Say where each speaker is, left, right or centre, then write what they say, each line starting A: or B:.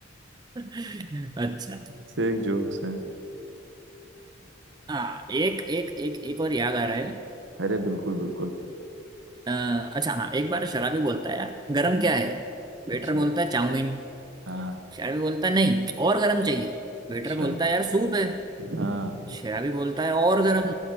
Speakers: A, on the right; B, on the right.
A: <laughs> अच्छा
B: से एक जोक्स है
A: हाँ एक एक एक एक और याद आ रहा है
B: अरे बिल्कुल बिल्कुल
A: अ, अच्छा हाँ एक बार शराबी बोलता है यार गरम
B: हम्म,
A: क्या है वेटर
B: अच्छा
A: बोलता है चाउमीन
B: हाँ
A: शराबी बोलता है नहीं और गरम चाहिए
B: अच्छा
A: वेटर बोलता है यार सूप है
B: हाँ
A: शराबी बोलता है और गरम